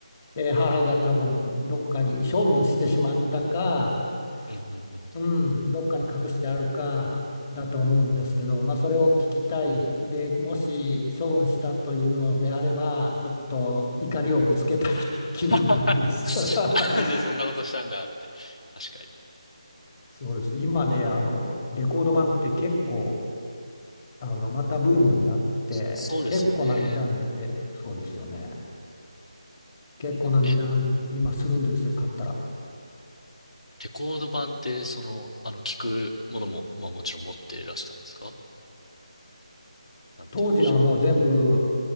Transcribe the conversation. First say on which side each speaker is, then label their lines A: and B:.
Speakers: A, on the left (about 25°); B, on the left (about 70°).
A: えー母が多分どっかに処分してしまったか、
B: うん、うん、うん。
A: うん、どっかに隠してあるかだと思うんですけど、まあ、それを聞きたいでもし処分したというのであればちょっと怒りをぶつけたい気分なんです。
B: <laughs>
A: <laughs>
B: なんでそんなことしたんだって。確かに。
A: そうです。今ね、あの、レコード盤って結構あの、またブームになって、
B: そうですよね。
A: 結構な値段で、え、そうですよね。結構な値段、
B: え、
A: 今するんですよ、買ったら。
B: レコード盤って、その、あの、聞くものも、まあもちろん持っていらしたんですかなんて言うんでしょう。
A: 当時のはもう全部、